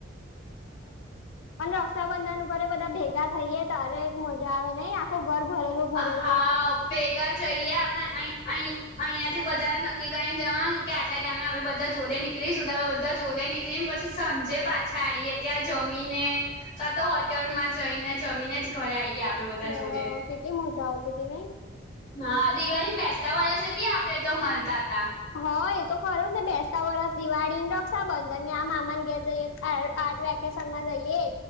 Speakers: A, on the left (about 25°); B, on the left (about 80°).
A: <inaudible>
B: અન રક્ષાબંધન ઉપરે બધા ભેગા થઈએે ત્યારે એક મજા આવે નઈ આખું ઘર ભરેલું. ભરેલું
A: અ હા ભેગા જઈએ આપણે અહી અહી. અહિયાંથી બધાને નક્કી કરીને જવાનું કે એટલા ટાઈમે આપડે બધા જોડે નીકળીશું તો હવે બધા જોડે નીક કળીને પછી સાંજે આઈએ ત્યાં જમીને. કા તો હોટેલમાં જઈને જમીને જ ઘરે આઈએ આપડે બધા
B: હ
A: જોડે.
B: કેટલી મજા આવતી તી નઈ.
A: હા દિવાળી મ બેસતા વરસે બી આપડે તો મલતા હતા.
B: હ એ તો ખરૂ જ ને બેસતા વરસ, દિવાળીને, રક્ષાબંધન ને આ મામાને ઘેર જઈએ <unintelligible> વેકેશનમાં જઈએ એ